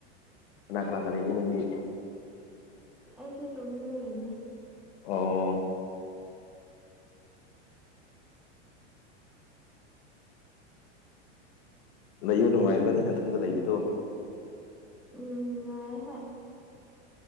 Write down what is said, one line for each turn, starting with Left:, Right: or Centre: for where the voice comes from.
Left: ꯀꯅꯥ ꯀꯅꯥꯀ ꯂꯩꯒꯦ ꯅꯪꯒꯤ
Centre: ꯑꯩꯁꯨ ꯏꯇꯣꯝꯗ ꯂꯩꯔꯤꯅꯦ
Left: ꯑꯣ ꯂꯩꯕ ꯅꯨꯡꯉꯥꯏꯕꯔꯥꯥꯅꯦ ꯅꯊꯟꯗ ꯂꯩꯕꯗꯣ
Centre: ꯅꯨꯉꯥꯏ ꯍꯣꯏ